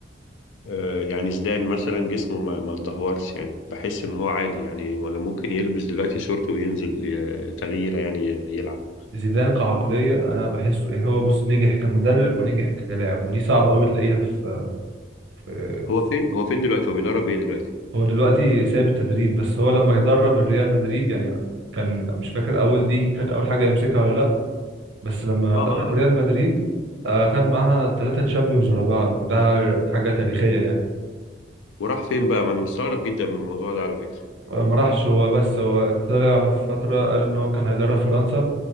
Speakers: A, on the left; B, on the right.
A: آه، يعني زيدان مثلا جسمه ما ما اتدهورش يعني بحس ان هو عادي يعني ما- ممكن يلبس دلوقتي شورت وينزل ي- تغييره يعني يلعب
B: زيدان كعقلية أنا بحسه يعني هو بص نجح كمدرب ونجح كلاعب ودي صعبة أوي تلاقيها في,
A: مم.
B: في...
A: هو فين هو فين دلوقتي هو بيدرب ايه دلوقتي
B: هو دلوقتي سايب التدريب بس هو لما درب الريال مدريد يعني كان مش فاكر أول
A: اه
B: دي كانت أول حاجة يمسكها ولا لأ بس لما
A: اه
B: درب
A: اول
B: ريال مدريد
A: حاجه
B: آه، خد معاها ثلاثة تشامبيونز ورا بعض وده حاجة تاريخية يعني
A: وراح فين بقى ما انا مستغرب جدا من الموضوع ده على فكره
B: آه، ما راحش هو بس هو طلع في فترة قال إن هو كان هيدرب فرنسا